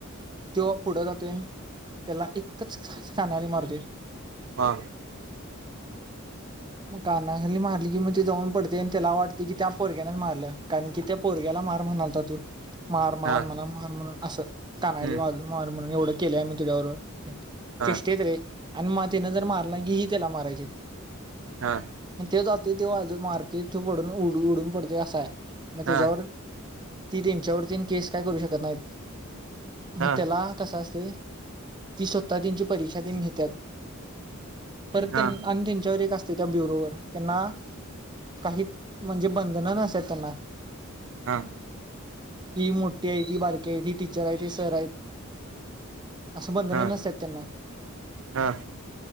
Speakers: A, on the right; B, on the right.
A: तो पुढे जाते त्याला एकच खाण्याने मारते
B: हा
A: मग कानाखाली मारली की मग ते जाऊन पडते आणि त्याला वाटते की त्या पोरग्यानेच मारलं कारण की त्या पोरग्याला मार म्हणालता त मार मार
B: हां
A: म्हणा मार म्हणून असं कनाली
B: हं,
A: वाजून मार म्हणून एवढं केले आहे मी तुझ्याबरोबर तेचेष्टेत
B: हां
A: रे आणि मातेनं जर मारला की हि त्याला मारायचे
B: हा
A: ते जाते तेव आजू मारते त पडून उड उडून पडते असा आहे मग
B: हां
A: त्याच्यावर ती त्यांच्यावरती केस काय करू शकत नाहीत मग
B: हां
A: त्याला कसा अस ती स्वतः त्यांची परीक्षा त घेतात परत
B: हां
A: त्यां आणि त्यांच्यावर एक असते त्या ब्युरोवर त्यांना काही म्हणजे बंधन नस त्यांना
B: हां
A: ती मोठी आहे ती बारकी आहे ती टीचर आहे ते सर आहेत असं बंधन
B: हां
A: नसतात त्यांना
B: हां